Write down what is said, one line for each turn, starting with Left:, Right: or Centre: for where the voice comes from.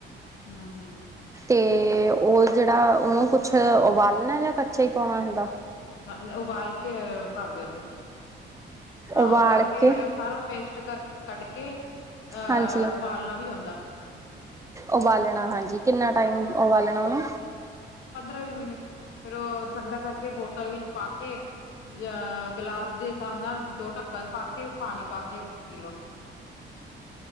Left: ਹਮ ਹਮ।
Right: ਤੇ ਉਹ ਜੇੜਾ ਉਨੂੰ ਕੁਛ ਉਬਾਲਣਾ ਜਾਂ ਕੱਚਾ ਈ ਪਉਣਾ ਹੁੰਦਾ?
Left: ਹਲ ਉਬਾਲ ਕੇ ਪਾਦੇ ਉਦੇ। ਹਾਂ
Right: ਉਬਾਲ
Left: ਔ ਕਰਕੇ
Right: ਕੇ
Left: ਉਹ ਸਾਰਾ ਪੇਸ਼ ਤੂ ਕਰ ਕੱਢ ਕੇ ਅ
Right: ਹਾਂਜੀ
Left: ਉਬਾਲਣਾ ਵੀ ਔਂਦਾ।
Right: ਉਬਾਲਣਾ ਹਾਂਜੀ ਕਿੰਨਾ ਟਾਈਮ ਉਵਾਲਣਾ ਉਹਨੂੰ?
Left: ਪਦਰਾਂ ਵੀ ਮਿੰਟ ਫੇਰ ਉਹ ਠੰਡਾ ਕਰਕੇ ਬੋਤਲ ਵਿੱਚ ਪਾ ਕ ਕੇ ਯਾ ਗਲਾਸ ਦੇ ਸਾਬ ਨਾਲ ਦੋ ਢੱਕਣ ਪਾ ਕੇ ਪਾਣੀ ਪਾ ਕੇ ਪੀ ਲਓ।